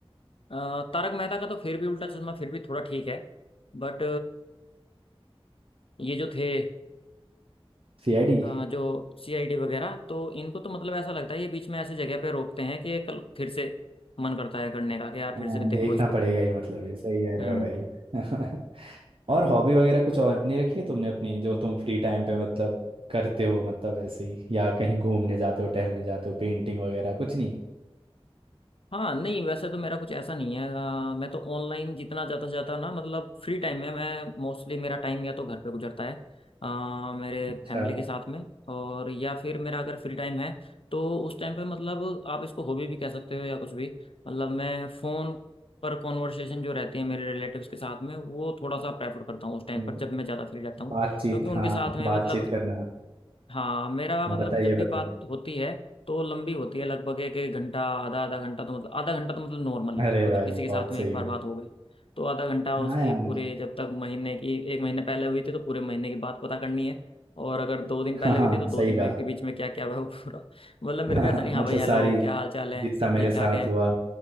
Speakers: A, on the left; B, on the right.
A: अ, तारक मेहता का तो फिर भी उल्टा चश्मा फिर भी थोड़ा ठीक है बट ये जो थे
B: सीआईडी
A: अ, जो सीआईडी वगैरह तो इनको तो मतलब ऐसा लगता है ये बीच में ऐसे जगह पे रोकते हैं कि कल फिर से मन करता है करने का कि यार
B: हाँ
A: फिर से भी देखो
B: देखना
A: इसको
B: पड़ेगा ही मतलब है सही कह रहे
A: हम्म
B: हो भाई <laughs>
A: तो
B: और हॉबी वगैरह कुछ और नहीं रखी है तुमने अपनी जो तुम फ्री टाइम पे मतलब करते हो मतलब ऐसे ही या कहीं घूमने जाते हो टहलने जाते हो पेंटिंग वगैरह कुछ नहीं
A: हाँ नहीं वैसे तो मेरा कुछ ऐसा नहीं है अ, मैं तो ऑनलाइन जितना ज़्यादा से ज़्यादा ना मतलब फ्री टाइम में मैं मोस्टली मेरा टाइम या तो घर पे गुजरता है अ, मेरे
B: अच्छा
A: फैमिली के साथ में और या फिर मेरा अगर फ्री टाइम है तो उस टाइम पे मतलब आप इसको हॉबी भी कह सकते हो या कुछ भी मतलब मैं फ़ोन पर कॉन्वर्सेशन जो रहती है मेरे रिलेटिव्स के साथ में वो थोड़ा सा प्रेफर करता हूँ उस
B: अच्छा
A: टाइम
B: मतलब
A: पर जब मैं ज़्यादा फ्री रहता हूँ
B: बातचीत
A: क्योंकि उनके
B: हाँ
A: साथ में
B: बातचीत
A: मतलब
B: करना
A: हाँ मेरा
B: हाँ
A: मतलब
B: बताइए
A: जब
B: बताइए
A: भी बात होती है तो लंबी होती है लगभग एक एक घंटा आधा आधा घंटा तो मतलब आधा घंटा तो मतलब नॉर्मल ही
B: अरे
A: है अगर
B: भाई
A: किसी के साथ
B: बहुत
A: में
B: सही
A: एक बार
B: भाई
A: बात हो गई तो आधा घंटा
B: हाँ
A: उसकी
B: यार
A: पूरे जब तक महीने की एक महीने पहले हुई थी तो पूरे महीने की बात पता करनी है और अगर दो दिन
B: हाँ
A: पहले
B: हाँ
A: हुई थी तो दो
B: सही
A: दिन
B: कहा
A: में के बीच में क्या क्या हुआ <laughs> है वो पूरा मतलब
B: <laughs>
A: मेरे
B: हाँ,
A: को ऐसा नहीं हाँ
B: मतलब
A: भाई हेलो
B: सारी
A: क्या हाल चाल है
B: जितना
A: सब
B: मेरे
A: ठीक
B: साथ
A: ठाक है
B: हुआ